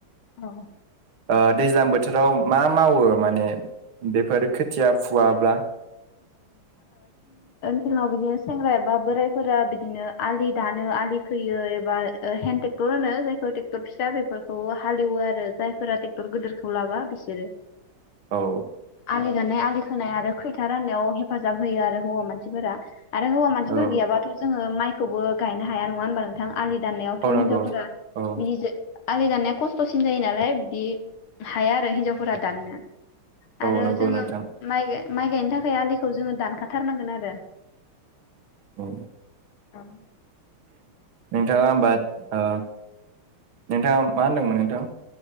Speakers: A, on the left; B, on the right.
A: औ
B: ओ दैज्लां बोथोराव मा मावो माने बेफोर खोथिया फुवाब्ला <inaudible>
A: जोंनाव बिदिनो सेंग्रा एबा बोराइफोरा बिदिनो आलि दानो आलि खोयो एबा हेन्दड ट्रेक्टर होनो जायखौ ट्रेक्टर फिसा बेफोरखौ हालेवो आरो जायफोरा ट्रेक्टर गिदिरखौ लाबा बिसोरो
B: औ
A: जाननाय आलि खोनाय आरो खैथा राननायाव हेफाजाब होयो आरो हौवा मानसिफोरा आरो हौवा मानसिफोर
B: औ
A: गैयाबाथ' जोङो माइ खौबो गायनो हाया नङा होनबा नोंथां आलि दाननायावथ'
B: औ नंगौ
A: हिनजावफोरा
B: औ
A: बिदि आलि दाननाया खस्थ'सिन जायो नालाय बि हाया आरो हिनजावफोरा दाननो आरो
B: औ नंगौ
A: जोंङो
B: नोंथां
A: माइ गा माइ गायनो थाखाय आलिखौ जोंङो दानखाथारनांगोन आरो।
B: औ
A: <inaudible>
B: नोथाङा होनबा ओ नोंथाङा मा होनदोंमोन नोंथां